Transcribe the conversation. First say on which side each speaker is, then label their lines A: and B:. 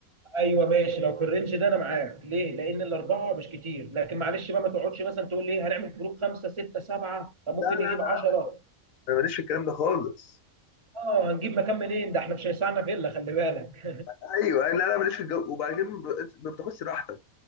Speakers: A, on the right (about 30°); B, on the left (about 75°).
A: ايوه ماشي لو في الرينج ده انا معاك ليه لان الاربعه مش كتير لكن معلش بقى ما تقعدش مثلا تقول لي إيه، هنعمل جروب خمسه سته سبعه طب ممكن
B: لا لا
A: نجيب
B: لا،
A: 10
B: انا ماليش في الكلام ده خالص
A: اه هنجيب مكان منين ده احنا مش هيسعنا فيلا خلي بالك
B: ايوه لا لا ماليش في الجو وبعد كده ما بقتش- ما بتاخدش راحتك